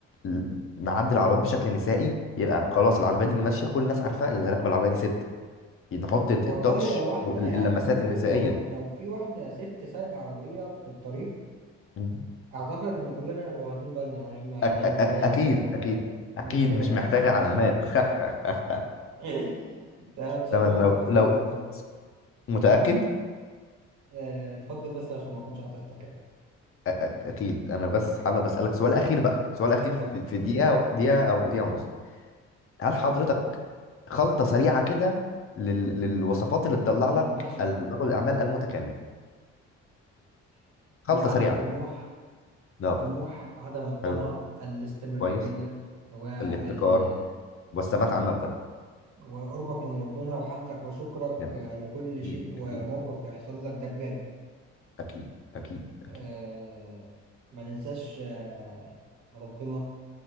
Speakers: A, on the left; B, on the right.
A: ال- نعدل العربيات بشكل نسائي يبقى خلاص العربيه دي ماشيه كل الناس عارفه اللي راكبه العربيه دي ست نحط التاتش
B: والله هو احنا
A: واللمسات
B: يعني ممكن
A: النسائية
B: لو لو في واحده ست سايقه عربيه في الطريق
A: مم.
B: اعتقد ان كلنا نبقى واخدين بالنا من غير ما
A: أك
B: نعمل
A: أك
B: اي
A: أكيد
B: حاجه
A: أكيد أكيد
B: مبهره
A: مش
B: يعني
A: محتاجة
B: في العربيه
A: علامات <laughs>
B: <laughs> تمام، اتشرفت
A: تمام لو
B: بحضرتك
A: لو
B: والله
A: متأكد أ-
B: آه، اتفضل بس عشان ما اكونش قاطعتك يعني.
A: أ- أكيد أنا بس حابب أسألك سؤال أخير بقى سؤال أخير
B: اتفضل
A: في في دقيقة دقيقة أو دقيقة ونص هل حضرتك خلطة سريعة كده لل... للوصفات اللي تطلع
B: للمحشي
A: لك ال- رجل الأعمال المتكامل
B: <laughs>
A: خلطة
B: طبعا
A: سريعة
B: الطموح
A: لا
B: الطموح عدم الطمع
A: حلو
B: الاستمرارية
A: كويس
B: وال
A: الابتكار والثبات على المبدأ
B: وقربك من ربنا وحمدك وشكرك
A: جامد
B: لكل
A: أكيد
B: شيء وموقف
A: أكيد
B: يحصل لك ده بجد
A: أكيد أكيد أكيد
B: آه، ما ننساش آه، ربنا